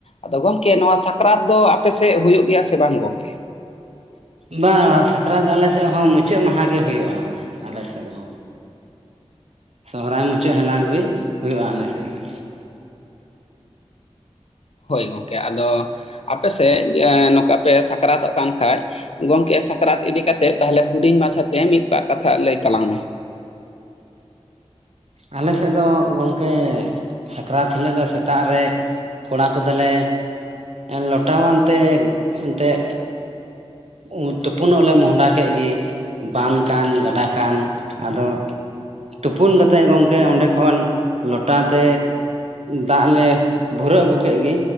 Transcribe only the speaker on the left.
ᱟᱫᱚ ᱜᱚᱝᱠᱮ ᱱᱚᱣᱟ ᱥᱟᱠᱨᱟᱛ ᱫᱚ ᱟᱯᱮᱥᱮᱜ ᱦᱩᱭᱩᱜ ᱜᱮᱭᱟ ᱥᱮ ᱵᱟᱝ ᱜᱚᱝᱠᱮ?
ᱦᱳᱭ ᱜᱚᱝᱠᱮ ᱟᱫᱚ ᱟᱯᱮᱥᱮᱜ ᱮᱸ ᱱᱚᱠᱟ ᱯᱮ ᱥᱟᱠᱨᱟᱛᱚᱜ ᱠᱟᱱ ᱠᱷᱟᱡ ᱜᱚᱝᱠᱮ ᱥᱟᱠᱨᱟᱛ ᱤᱫᱤ ᱠᱟᱛᱮ ᱛᱟᱦᱚᱞᱮ ᱦᱩᱰᱤᱧ ᱢᱟᱪᱷᱟ ᱛᱮ ᱢᱤᱫᱵᱟᱨ ᱠᱟᱛᱷᱟ ᱞᱟᱹᱭ ᱛᱟᱞᱟᱝ ᱢᱮ᱾